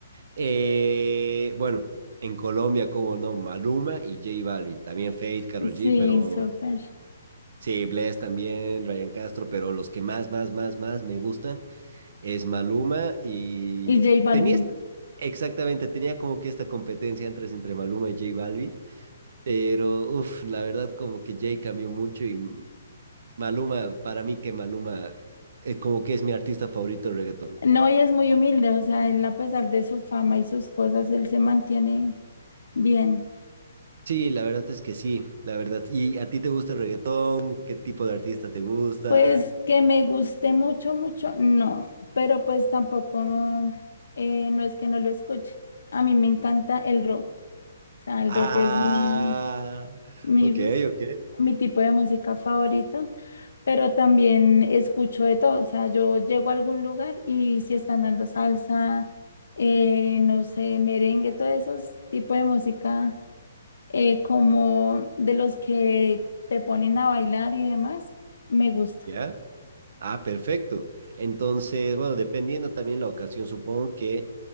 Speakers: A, on the right; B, on the left.
A: Eh, bueno, en Colombia, como no, Maluma y J Balvin, también Fate, Karol G,
B: Sí,
A: pero
B: súper.
A: sí, Bless también, Ryan Castro, pero los que más, más, más, más me gustan es Maluma y
B: Y J Balvin.
A: tenía, esta- exactamente, tenía como que esta competencia entre, entre Maluma y J Balvin, pero uff, la verdad como que J cambió mucho y Maluma, para mí que Maluma es como que es mi artista favorito de reggaetón.
B: No, y es muy humilde, o sea, él a pesar de su fama y sus cosas, él se mantiene bien.
A: Sí, la verdad es que sí, la verdad. ¿Y a ti te gusta el reggaetón? ¿Qué tipo de artista te gusta?
B: Pues que me guste mucho, mucho, no, pero pues tampoco, eh, no es que no lo escuche. A mí me encanta el rock, o sea, el
A: Ah,
B: rock es mi, mi,
A: ok, ok,
B: mi tipo de música favorita, pero también escucho de todo, o sea, yo llego a algún lugar y si están dando salsa, eh, no sé, merengue, todos esos tipos de música eh, como de los que te ponen a bailar y demás, me gusta,
A: ya. Ah, perfecto. Entonces, bueno, dependiendo también la ocasión, supongo que